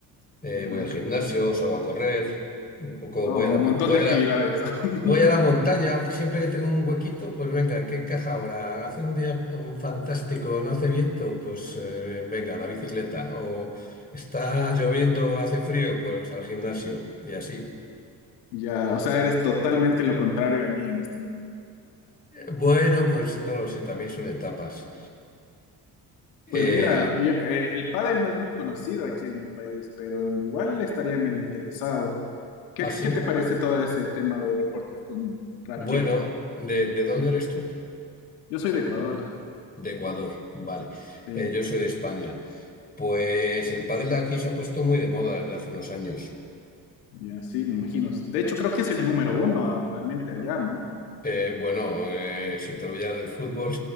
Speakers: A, on the left; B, on the left.
A: eh,
B: ya.
A: voy al gimnasio, salgo a correr, un poco
B: Oh,
A: voy a la,
B: un
A: mo-
B: montón
A: voy
B: de
A: a
B: actividades.
A: la,
B: <laughs>
A: voy a la montaña. Siempre que tengo un huequito, pues venga, ¿qué encaja ahora? Hace un día mm, fantástico, no hace viento, pues eh, venga, la bicicleta. O está lloviendo, hace frío, pues al gimnasio y así.
B: Ya, o sea, eres totalmente lo contrario a mí en este
A: Bueno, pues no lo sé, también son etapas. Eh,
B: Pues mira, yo- eh, el pádel no es muy conocido aquí en mi país, pero igual estaría medio interesado. ¿Qué,
A: Ah, sí.
B: qué te parece todo ese tema de reportes con raqueta?
A: Bueno, ¿de, de dónde eres tú?
B: Yo soy de Ecuador.
A: De Ecuador, vale.
B: Sí,
A: Eh, yo soy de España. Pues el pádel de aquí se ha puesto muy de moda desde hace unos años.
B: ya sí, me imagino. De hecho, creo que es el número uno actualmente allá, ¿no?
A: Eh, bueno, eh, si te olvidas del fútbol.